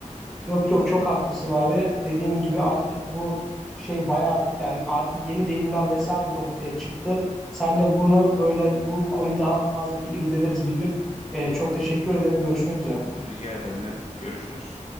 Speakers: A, in the centre; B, on the left.
A: Yok yok çok haklısın abi. Dediğin gibi artık bu şey bayağı yani artık yeni
B: Hı,
A: deyimler vesaire bile ortaya çıktı. Seninle bunu böyle bu konuyu daha fazla bir irdeleriz bir gün. Ee, çok teşekkür ederim. Görüşmek üzere.
B: rica ederim ne demek? Görüşürüz.